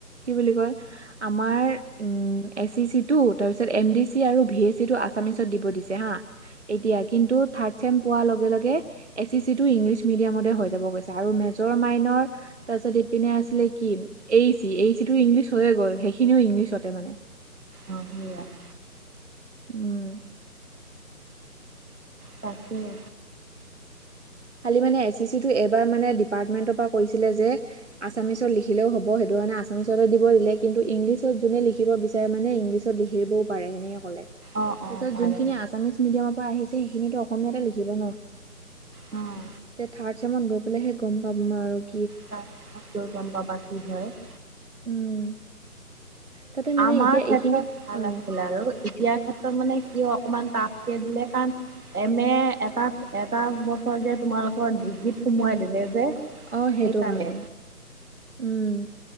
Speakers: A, on the right; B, on the right.
A: কি বুলি কয় <inaudible> আমাৰ উম এচিচিটো তাৰপিছত এমডিচি আৰু ভিএচিটো আছামিচত দিব দিছে, হা <unintelligible> এতিয়া কিন্তু থাৰ্ড চেম পোৱাৰ লগে-লগে <inaudible> এচিচিটো ইংলিছ মিডিয়ামতে হৈ যাব কৈছে আৰু মেজৰ, মাইনৰ তাৰপিছত <inaudible> ইপিনে আছিলে কি এইচি-এইচিটো ইংলিছ হৈয়ে গ'ল, সেইখিনিও ইংলিছতে মানে। <unintelligible>
B: অঁ সেইয়া <inaudible>
A: উম!
B: তাকে <inaudible>
A: খালি মানে এচিচিটো এইবাৰ মানে ডিপাৰ্টমেন্টৰ পৰা কৈছিলে যে <unintelligible> আছামিছত লিখিলেও হব, সেইটো কাৰণে আছামিছতে দিব দিলে, কিন্তু ইংলিছত যোনে লিখিব বিচাৰে মানে ইংলিছত <unintelligible> <unintelligible> লিখি দিবও পাৰে সেনেকে ক'লে। তাৰপিছত
B: অ', অ', পাৰে
A: যোনখিনি আছামিছ মিডিয়ামৰ পৰা আহিছে সেইখিনিটো অসমীয়াতে লিখিব ন। <unintelligible>
B: অঁ!
A: এতিয়া থাৰ্ড চেমত গৈ পেলাইহে গম পাম আৰু। <inaudible>
B: তাত-তাতৈ গম পাবা কি হয় <unintelligible>
A: উম! তাতে মানে
B: আমাৰ
A: এতিয়া
B: ক্ষেত্ৰত
A: এইখিনি
B: ভাল
A: অ
B: আছিল আৰু <unintelligible> এতিয়াৰ ক্ষেত্ৰত মানে কিয় অকমান তাফকে দিলে কাৰণ <unintelligible> এমএ এটাত এটা বছৰ যে তোমালোকৰ ডিগ্ৰীত সোমোৱাই দিলে যে। <unintelligible>
A: অ সেইটো
B: সেইকাৰণে।
A: কাৰণে। উম!